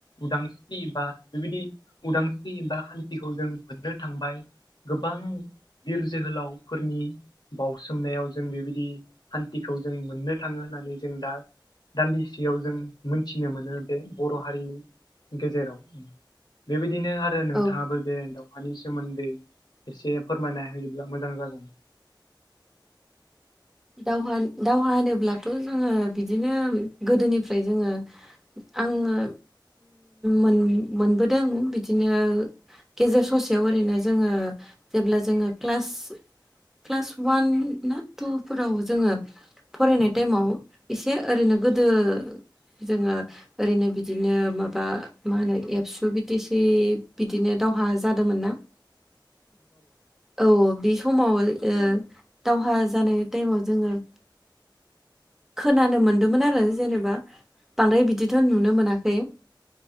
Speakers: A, on the left; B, in the centre.
A: उदां बा बेबायदि उदांस्रि बा हान्थिखौ जों मोननो थांबाय गोबां बिर जोहोलावफोरनि बावसोमनायाव जों बेबायदि सान्थिखौ जों मोननो थाङो होननानै जों दा दान्दिसेयाव जों मोनथिनो मोनो बे बर' हारिनि गेजेराव बेबायदिनो आरो नोंथाङाबो
B: औ
A: बे एन्डआव मानि सोमोन्दै एसे फोरमायना होयोब्ला मोजां जागौमोन
B: दावहा दावहा होनोब्लाथ' जोङो बिदिनो गोदोनिफ्राय जोङो आङो मोन मोनबोदों बिदिनो गेजेर ससेयाव ओरैनो जोङो जेब्ला जोङो क्लास क्लास वान ना टु फोराव जोङो फरायनाय टाइमाव एसे ओरैनो गोदो जोङो ओरैनो बिदिनो माबा मा होनो एबसु बि टि सि बिदिनो दावहा जादोंमोन ना
A: <inaudible>
B: औ बे समाव ओ दावहा जानाय टाइमाव जोङो खोनानो मोनदोंमोन आरो जेनेबा बांद्राय बिदिथ' नुनो मोनाखै